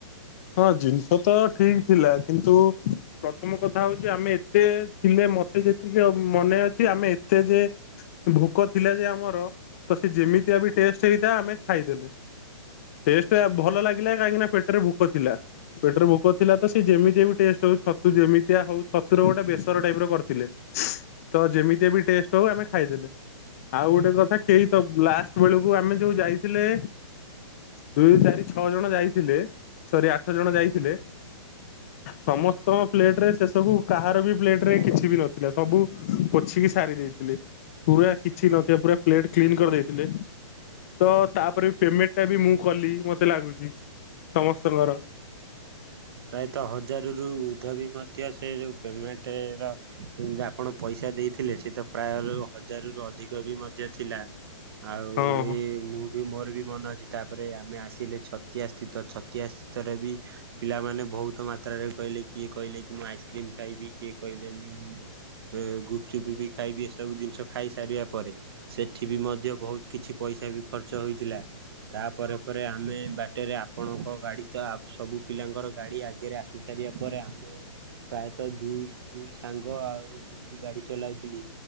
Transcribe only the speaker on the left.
ହଁ ଜିନିଷ ତ ଠିକ ଥିଲା କିନ୍ତୁ ପ୍ରଥମ କଥା ହଉଛି ଆମେ ଏତେ ଥିଲେ ମତେ ଯେତିକି ମନେ ଅଛି ଆମେ ଏତେ ଯେ ଭୋକ ଥିଲା ଯେ ଆମର ତ ସେ ଯେମିତିଆ ବି ଟେଷ୍ଟ ସେଇଟା ଆମେ ଖାଇଦେଲେ ଟେଷ୍ଟ ଭଲ ଲାଗିଲା କାହିଁକିନା ପେଟରେ ଭୋକ ଥିଲା। ପେଟରେ ଭୋକ ଥିଲା ତ ସେ ଯେମିତିଆ ବି ଟେଷ୍ଟ ହଉ ଛତୁ ଯେମିତିଆ ହଉ ଛତୁର ଗୋଟେ ବେସର ଟାଇପ ର କରିଥିଲେ। ତ ଯେମିତିଆ ବି ଟେଷ୍ଟ ହଉ ଆମେ ଖାଇଦେଲେ। ଆଉ ଗୋଟେ କଥା କେହି ତ ଲାଷ୍ଟ ବେଳକୁ ଆମେ ଯୋଉ ଯାଇଥିଲେ ଦୁଇ ଚାରି ଛଅ ଜଣ ଯାଇଥିଲେ। ସରି ଆଠ ଜଣ ଯାଇଥିଲେ ସମସ୍ତଙ୍କ ପ୍ଲେଟ ରେ ସେ ସବୁ କାହାର ବି ପ୍ଲେଟ ରେ କିଛି ବି ନଥିଲା ସବୁ ପୋଛିକି ସାରି ଦେଇଥିଲେ। ପୁରା କିଛି ନଥିବା ପୁରାଟ କ୍ଲିନ କରିଦେଇଥିଲେ। ତ ତାପରେ ବି ପେମେଣ୍ଟ ଟା ବି ମୁଁ କଲି ମତେ ଲାଗୁଛି। ସମସ୍ତଙ୍କର
ହଁ।